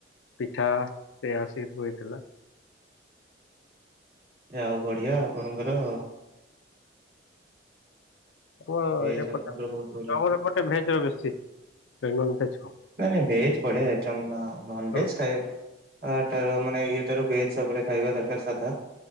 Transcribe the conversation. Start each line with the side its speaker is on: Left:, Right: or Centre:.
Left: ପିଠା ସେଇଆ ସବୁ ହେଇଥିଲା।
Right: ଆଉ ବଢିଆ ଆପଣଙ୍କର
Left: ଆ
Right: ଭେଜ
Left: ଏପଟେ
Right: ଆପଣଙ୍କର ବହୁତ ବଢ଼ିଆ।
Left: ଚାଉଳ ଏପଟେ ଭେଜ ବେଶୀ ନନ ଭେଜ।
Right: ନାଇଁ ନାଇଁ ଭେଜ ବଢେ ଏ ନନ
Left: ହଁ
Right: ଭେଜ ଖାଇବାପାଇଁ। ଆରୁ ମାନେ ଇଏଟାରୁ ଭେଜ ସବୁବେଳେ ଖାଇବା ଦରକାର ସାଧା